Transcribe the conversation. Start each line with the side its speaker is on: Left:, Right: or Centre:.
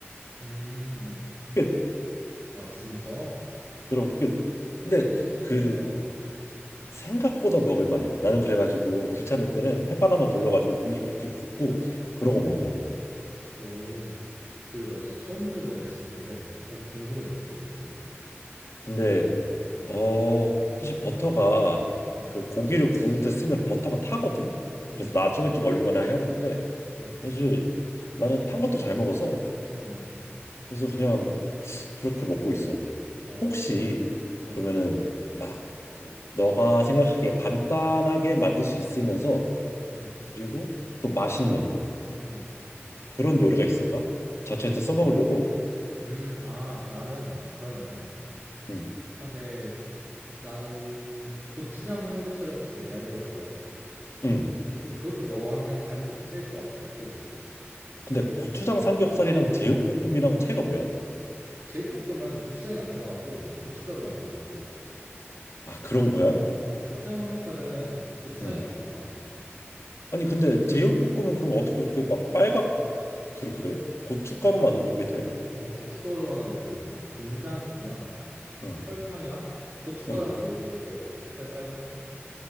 Right: 음, 음.
Left: 끝
Right: 아, 진짜?
Left: 그럼 끝 근데
Right: 오, 신기하다.
Left: 그
Right: 어,
Left: 생각보다 먹을 만해 나는 그래가지고 귀찮을 때는 햇반 하나 돌려가지고 고기 그렇게 굽고 그러고
Right: 음,
Left: 먹어
Right: 오. 되게 나 진짜 처음 들어보는 레시피인데, 어, 궁금해졌어, 갑자기.
Left: 근데
Right: 어,
Left: 어 사실 버터가
Right: 음,
Left: 그 고기를 구울 때 쓰면 버터가 타거든
Right: 음,
Left: 그래서 나중에 좀 얼리거나 해야 되는데
Right: 음,
Left: 사실 나는 탄 것도 잘 먹어서
Right: 음, 음.
Left: 그래서 그냥 그렇게 먹고 있어
Right: 어,
Left: 혹시
Right: 어,
Left: 그러면은 막 너가 생각하기에 간단하게 만들 수 있으면서
Right: 음,
Left: 그리고 또 맛있는
Right: 음,
Left: 그런 요리가 있을까? 자취할 때 써먹으려고.
Right: 음. 아, 나는 그러면은,
Left: 응,
Right: 사실 나는 고추장 삼겹살을 사실 얘기하려고 했거든?
Left: 응.
Right: 근데 그것도 너한테는 간이 조금 셀 것 같아. 그지?
Left: 근데 고추장 삼겹살이랑 제육볶음이랑 차이가 뭐야?
Right: 제육볶음은 고추장이 안 들어가고 고춧가루만 들어가고
Left: 아, 그런 거야?
Right: 어 고추장 삼겹살은 고추장이
Left: 응.
Right: 안 들어가
Left: 아니, 근데 제육볶음은 그럼 어떻게 그렇게 막 빨갛고 그래 그래? 고춧가루만으로 그게 돼?
Right: 어 고춧가루만으로 그게 된다? 간장이랑
Left: 응,
Right: 설탕이랑 고춧가루만
Left: 응.
Right: 넣어도 저렇게 색깔이 빨갛게 돼.